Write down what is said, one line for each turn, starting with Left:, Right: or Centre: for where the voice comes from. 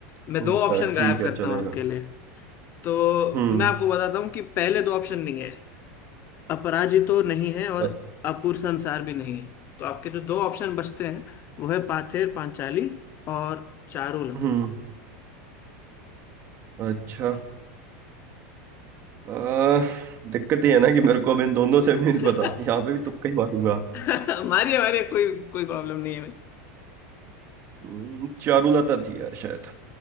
Left: <laughs> मैं
Right: अच्छा
Left: दो ऑप्शन गायब
Right: ठीक है
Left: करता
Right: चलेगा
Left: हूँ आपके लिए तो
Right: हम्म
Left: मैं आपको बताता हूँ कि पहले दो ऑप्शन नहीं है अपराजितो नहीं है और
Right: अ-
Left: अपूर संसार भी नहीं है तो आपके जो दो ऑप्शन बचते हैं वो है पाथेर पांचाली और चारुलता
Right: हम्म अच्छा आ, दिक्कत ये है ना कि मेरे को अब इन दोनों से भी
Left: <laughs>
Right: नहीं पता यहाँ पे भी तुक्का ही मारूंगा
Left: <laughs> मारिए मारिए कोई कोई प्रॉब्लम नहीं है भाई
Right: हम्म, चारुलता थी यार शायद